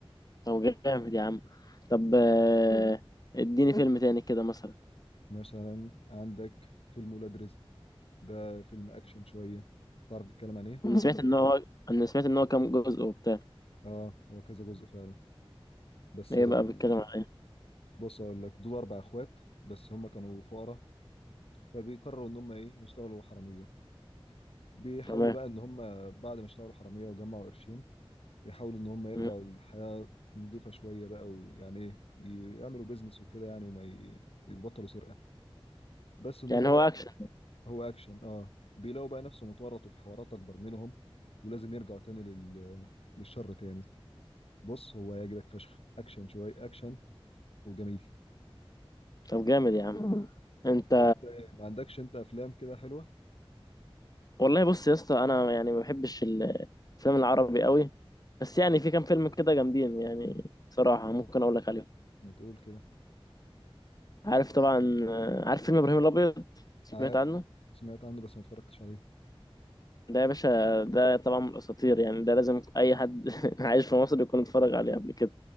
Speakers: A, on the left; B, on the left.
A: طب جامد يا عم طب آه اديني فيلم تاني كده مثلا
B: مثلا عندك فيلم ولاد رزق ده فيلم اكشن شويه تعرف الكلام عن ايه
A: انا سمعت ان هو انا سمعت ان هو كام جزء وبتاع
B: اه هو كذا جزء فعلا بس
A: ايه
B: آه،
A: بقى بيتكلم على ايه
B: بص اقول لك دول اربع اخوات بس هم كانوا فقراء فبيقرروا ان هم ايه يشتغلوا حراميه بيحاولوا
A: تمام
B: بقى ان هم بعد ما اشتغلوا حراميه وجمعوا قرشين يحاولوا ان هم يرجعوا
A: مم.
B: للحياه نظيفه شويه بقى ويعني ايه يعملوا بيزنس وكده يعني وما ي- يبطلوا سرقه بس ان
A: يعني
B: هم بقى
A: هو اكشن
B: هو اكشن اه بيلاقوا بقى نفسهم اتورطوا في حوارات اكبر منهم ولازم يرجعوا تاني لل... للشر تاني بص هو هيعجبك فشخ اكشن شويه اكشن وجميل
A: طب جامد يا عم <laughs> انت
B: طب انت ايه ما عندكش انت افلام كده حلوه
A: والله بص يا اسطى انا يعني ما بحبش ال- الفيلم العربي قوي بس يعني في كام فيلم كده جامدين يعني صراحة ممكن اقول لك عليهم
B: ما تقول كده
A: عارف طبعا آه، عارف فيلم ابراهيم الابيض سمعت
B: عارفه
A: عنه
B: سمعت عنه بس ما اتفرجتش عليه
A: ده يا باشا ده طبعا من الاساطير يعني ده لازم اي حد <laughs> عايش في مصر يكون اتفرج عليه قبل كده